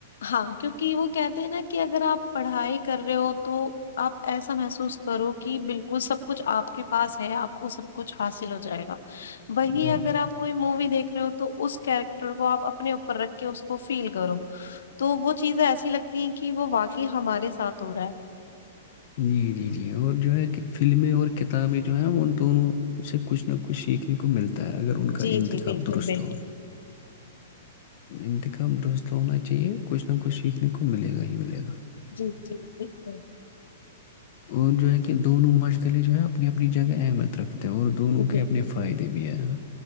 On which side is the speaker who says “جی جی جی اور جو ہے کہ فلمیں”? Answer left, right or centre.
Left